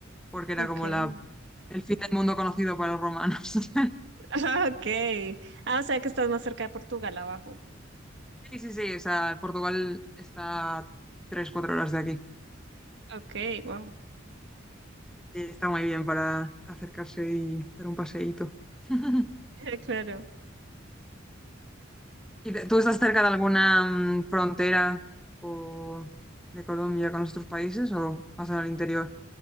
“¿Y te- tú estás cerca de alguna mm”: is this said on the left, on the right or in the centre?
Centre